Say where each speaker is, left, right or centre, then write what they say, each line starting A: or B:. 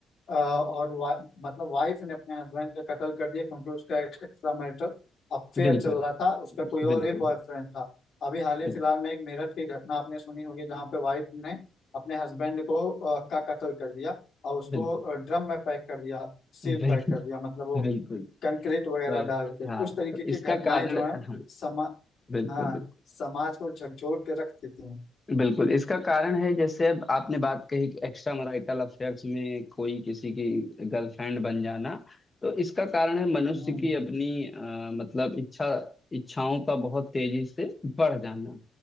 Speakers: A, on the left (about 55°); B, on the left (about 25°).
A: और वा, मतलब वाइफ ने अपने हस्बैंड का कत्ल कर दिया क्योंकि उसका एक्स्ट्रा मैरिटल अफेयर
B: बिल्कुल
A: चल रहा था उसका कोई और
B: बिल्कुल
A: ही बॉयफ्रेंड था अभी हाल ही
B: बिल्कुल
A: फिलहाल में एक मेरठ की घटना आपने सुनी होगी जहाँ पे वाइफ ने अपने हस्बैंड को अ, का कत्ल कर दिया और उसको
B: बिल्कुल
A: ड्रम में पैक कर दिया सील
B: बिल्कुल
A: पैक कर दिया मतलब वो
B: बिल्कुल
A: कंक्रीट वगैरह
B: तो
A: डाल के तो
B: हाँ
A: उस तरीके
B: तो इसका
A: की घटनाएं
B: कारण
A: जो हैं
B: हाँ
A: समा
B: बिल्कुल
A: हाँ
B: बिल्कुल
A: समाज को झकझोर के रख देती हैं
B: बिल्कुल इसका कारण है जैसे अब आपने बात कही कि एक्स्ट्रा मैरिटल अफेयर्स में कोई किसी की गर्लफ्रेंड बन जाना तो इसका कारण है मनुष्य
A: हम्म
B: की अपनी अ, मतलब इच्छा इच्छाओं का बहुत तेजी से बढ़ जाना